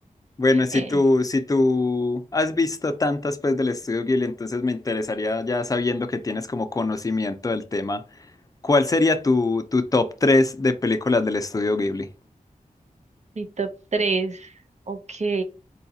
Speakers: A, on the left; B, on the right.
A: Bueno, si
B: Eh,
A: tú, si tú has visto tantas pues del estudio Ghibli, entonces me interesaría ya sabiendo que tienes como conocimiento del tema, ¿cuál sería tu, tu top 3 de películas del estudio Ghibli?
B: mi top tres, ok.